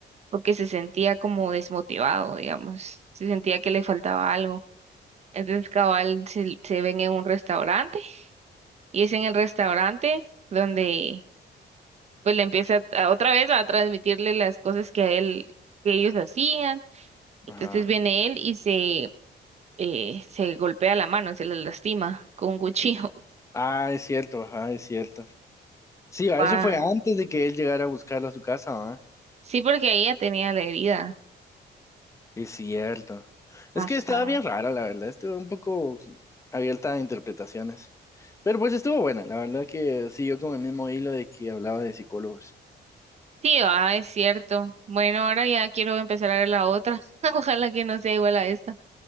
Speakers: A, on the right; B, on the left.
A: porque se sentía como desmotivado, digamos, se sentía que le faltaba algo. Entonces, cabal, se, se ven en un restaurante y es en el restaurante donde pues le empieza a- otra vez a transmitirle las cosas que a él, que ellos hacían. Entonces
B: Ajá.
A: viene él y se, eh, se golpea la mano, se le lastima con un cuchillo.
B: Ah, es cierto, ajá, es cierto. Sí, va,
A: <laughs> Va,
B: eso fue antes de que él llegara a buscarla a su casa, ¿va?
A: sí, porque ella tenía la herida.
B: Es cierto.
A: Ajá.
B: Es que estaba bien rara, la verdad. Estuvo un poco abierta a interpretaciones. Pero pues estuvo buena. La verdad que siguió con el mismo hilo de que hablaba de psicólogos.
A: Sí, va, es cierto. Bueno, ahora ya quiero empezar a ver la otra. <laughs> Ojalá que no sea igual a esta.